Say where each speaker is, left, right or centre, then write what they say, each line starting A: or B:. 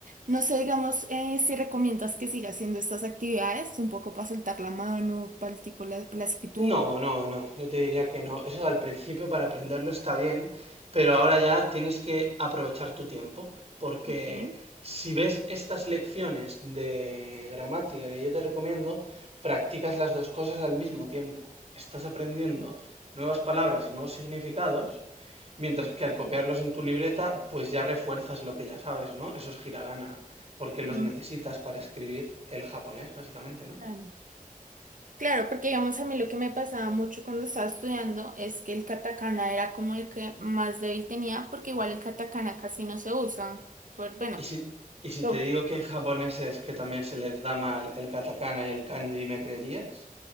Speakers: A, on the right; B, on the right.
A: No sé, digamos, eh, si recomiendas que siga haciendo estas actividades, un poco para soltar la mano, para el tipo la, la escritura.
B: No, no, no, yo te diría que no. Eso al principio para aprenderlo está bien, pero ahora ya tienes que aprovechar tu tiempo, porque
A: ¿ok?
B: si ves estas lecciones de gramática que yo te recomiendo, practicas las dos cosas al mismo tiempo. Estás aprendiendo nuevas palabras y nuevos significados Mientras que al copiarlos en tu libreta, pues ya refuerzas lo que ya sabes, ¿no? Esos hiragana, porque los
A: Ujú,
B: necesitas para escribir el japonés, básicamente, ¿no?
A: claro. Claro, porque digamos a mí lo que me pasaba mucho cuando estaba estudiando es que el katakana era como el que más débil tenía, porque igual el katakana casi no se usa. Por, bueno,
B: Y si, y si
A: No.
B: te digo que hay japoneses que también se les da mal el katakana y el kanji, ¿me creerías?